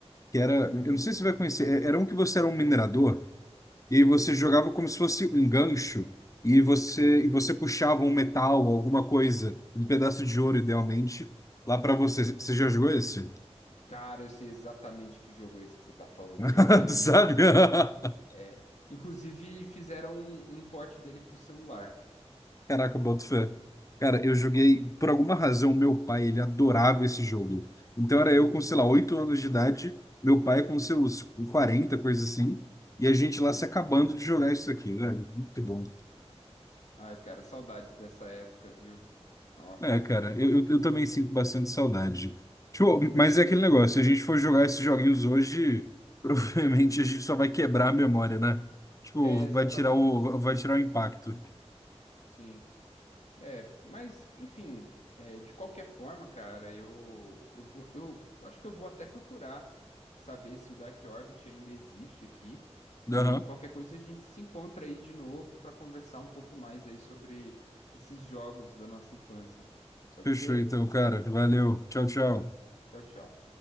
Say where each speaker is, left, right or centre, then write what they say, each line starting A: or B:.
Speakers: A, on the left; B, on the left.
A: Que era.
B: Uhum.
A: Eu não sei se você vai conhecer. é- Era um que você era um minerador, e aí você jogava como se fosse um gancho, e você, e você puxava um metal, alguma coisa, um pedaço de ouro, idealmente, lá pra você. Você já jogou esse?
B: Cara, eu sei exatamente que jogo é esse que você tá falando.
A: <laughs>
B: Eu já joguei muito
A: Sabe?
B: ele.
A: <laughs>
B: É. Inclusive, fizeram um, um port dele pro celular.
A: Caraca, boto fé. Cara, eu joguei, por alguma razão, meu pai, ele adorava esse jogo. Então
B: <laughs>
A: era eu com, sei lá, 8 anos de idade, meu pai com seus 40 coisa assim, e a gente
B: Uhum.
A: lá se acabando de jogar isso aqui, velho. Muito bom.
B: Ai, cara, saudades dessa época, viu? Nossa.
A: É, cara, eu, eu, eu também sinto bastante saudade. Tipo, mas é aquele negócio, se a gente for jogar esses joguinhos hoje, <laughs> provavelmente a gente só vai quebrar a memória, né? Tipo,
B: É, exatamente.
A: vai tirar o, vai tirar o impacto.
B: Sim. É, mas, enfim, é, de qualquer forma, cara, eu, eu vou, eu acho que eu vou até procurar saber se o Dark Orbit ainda existe aqui.
A: Aham.
B: E qualquer coisa a gente se encontra aí de novo para conversar um pouco mais aí sobre esses jogos da nossa infância. Pode
A: Fechou
B: ser?
A: então, cara. Valeu. Tchau, tchau.
B: Tchau, tchau.